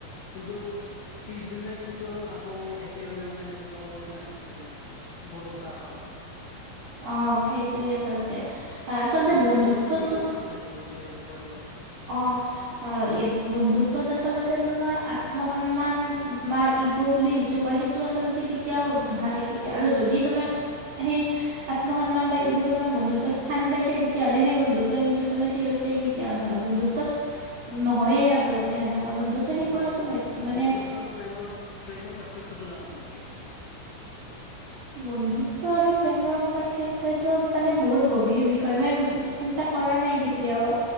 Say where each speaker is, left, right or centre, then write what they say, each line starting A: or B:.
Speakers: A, on the left; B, on the right.
A: কিন্তু পিছদিনা কিন্তু আকৌ একেলগে মানে যে কওঁ যে না যে ব'ল ছা খাব'।
B: অ', সেইটোৱেই আচলতে। আহ, আচলতে
A: মানে
B: বন্ধুত্বত
A: এগ'টো, ইগ'টো নাথাকে। যোনটো হেৰিত কয় আৰু
B: অ'। অ, বন্ধুত্বত আচলতে তোমাৰ আত্মসন্মান বা ইগ' বুলি যিটো কয় সে তো আচলতে কেতিয়াও নাথাকে। কেতিয়া, আৰু যদি তোমাৰ সেই আত্মসন্মান বা ইগ'ই তোমাৰ বন্ধুত্ব স্থান পাইছে, তেতিয়াহ'লে সেই বন্ধুত্ব কিন্তু তোমাৰ চিৰস্থায়ী কেতিয়াও নহয়। বন্ধুত্বত নহয়ে আচলতে সেনেকুৱা। বন্ধুত সেইবোৰ
A: বন্ধুত
B: একো মেত মানে
A: বন্ধুত্ব আৰু প্ৰেমৰ, প্ৰেমৰ পাৰ্থক্যটো জানা নিকি?
B: বন্ধুত্ব আৰু প্ৰেমৰ পাৰ্থক্যয়টো মানে বহুত গভীৰ বিষয় মানে চিন টা কৰা নাই কেতিয়াও।